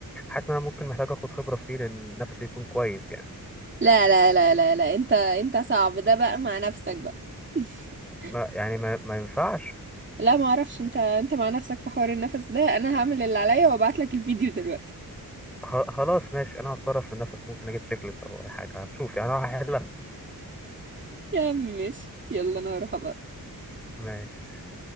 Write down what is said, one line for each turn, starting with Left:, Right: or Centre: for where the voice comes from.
Centre: حاسس ان انا ممكن محتاج اخد خبرة فيه لان نفسي يكون كويس يعني
Right: لا لا لا لا لا انت انت صعب ده بقى مع نفسك بقى <laughs>
Centre: ما يعني ما, ما ينفعش
Right: لا ما اعرفش انت انت مع نفسك في حوار النفس ده انا هعمل اللي عليا وابعت لك الفيديو دلوقتي
Centre: خ- خلاص ماشي انا هتصرف في النفس ممكن اجيب تشيك ليست او اي حاجة هنشوف يعني أنا هحلها
Right: يا عم ماشي يلا انا هروح ابعت
Centre: ماشي